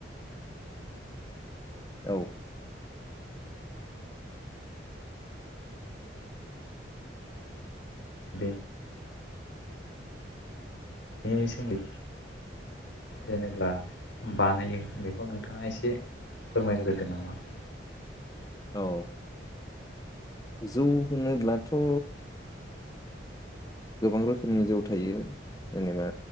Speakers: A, on the left; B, on the left.
A: औ।
B: बे बे सोमद जेनेब्ला बानायो बेखौ नोंथाङा एसे फोरमायग्रोदो नामा?
A: औ। जौ होनोब्लाथ' गोबां रोखोमनि जौ थायो जेनेबा